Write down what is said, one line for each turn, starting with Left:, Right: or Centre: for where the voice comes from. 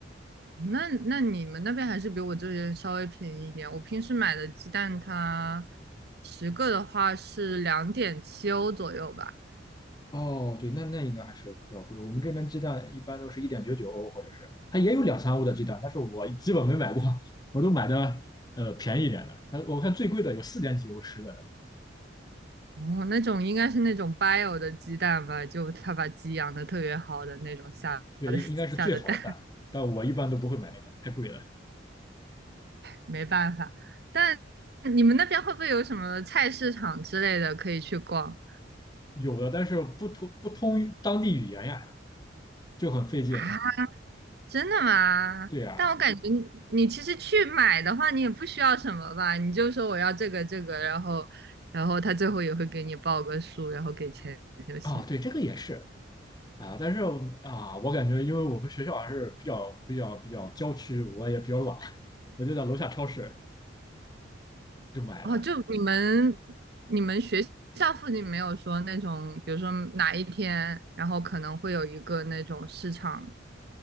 Right: 那那你们那边还是比我这边稍微便宜一点。我平时买的鸡蛋它十个的话是两点七欧左右吧。
Left: 哦，对，那那应该还是比较贵。我们这边鸡蛋一般都是一点九九欧，或者是它也有两三欧的鸡蛋，但是我基本没买过，我都买的呃便宜一点的。但我看最贵的有四点几欧十个的，
Right: 哦，那种应该是那种 bio 的鸡蛋吧，就他把鸡养的特别好的那种下的下的蛋。
Left: 对，应应该是最好的蛋，但我一般都不会买那个，太贵了。
Right: 没办法。但你们那边会不会有什么菜市场之类的可以去逛
Left: 有的，但是不通不通当地语言呀，就很费劲。
Right: 啊？真的吗？
Left: 对呀，
Right: 但我感觉你你其实去买的话，你也不需要什么吧？你就说我要这个这个，然后然后他最后也会给你报个数，然后给钱就行。
Left: 啊，啊对，这个也是啊，但是啊，我感觉因为我们学校还是比较比较比较郊区，我也比较懒，我就在楼下超市就买了。
Right: 哦，就你们你们学校附近没有说那种，比如说哪一天，然后可能会有一个那种市场